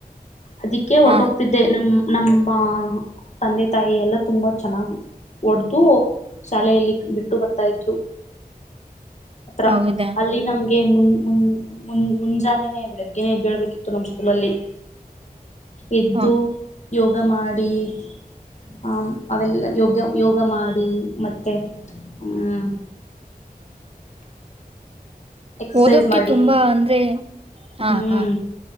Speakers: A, on the left; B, on the right.
A: ಅದಕ್ಕೆ
B: ಹಾ
A: ಒಟ್ಟೋಗ್ತಿದ್ದ ಅೇ ನಮ ನಮ್ಮ ತಂದೆ ತಾಯಿ ಎಲ್ಲ ತುಂಬಾ ಚೆನ್ನಾಗ್ ಒಡ್ದ ಶಾಲೆಯಲ್ಲಿ ಬಿಟ್ಟು ಬ ್ರು ಹತ್ರ
B: ಹೌದಾ
A: ಅಲ್ಲಿ ನಮ್ದ ಮು ಮು ಮು ಮುಂಜಾನೆನೆ ಬೆಳಿಗ್ಗೆನೆೇ ಇದದ್ದೇಳ್ಬೇಕಿತ್ತು ನಮ್ ಸ್ಕೂಲ ಅಲ್ಲಿ <unintelligible> ಎದ್ದು
B: ಹ
A: ಯೋಗ ಮಾಡಿ <unintelligible> ಹ ಅವೆಲ್ಲ ಯೋಗ್ಯ ಯೋಗ ಮಾಡಿ ಮತ್ತೆ ಹ್ಮ್ ಎಕ್ಸಸೈಸ್
B: ಓದೋಕ್ಕೆ
A: ಮಾಡಿ
B: ತುಂಬಾ ಅಂದ್ರೆ ಹಾ
A: ಹ್ಮ್
B: ಹಾ